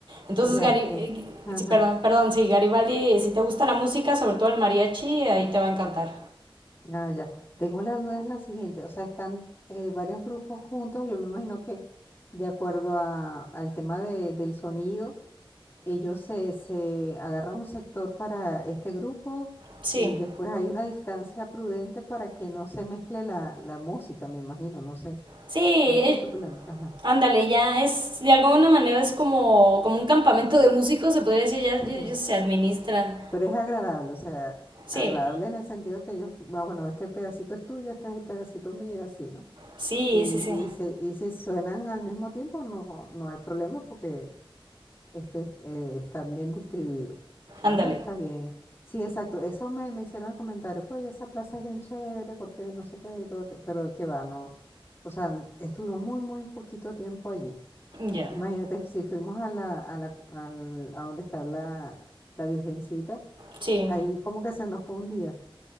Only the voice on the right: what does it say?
Entonces,
Garibaldi,
eh,
sí, perdón, perdón, sí, Garibaldi, eh, si te gusta la música, sobre todo el mariachi, ahí te va a encantar.
Sí,
sí, eh,
Ándale, ya es, de alguna manera es como, como un campamento de músicos, se podría decir, ya,
ya ellos se administran.
Sí,
sí,
sí, sí.
Ándale,
ya.
Sí,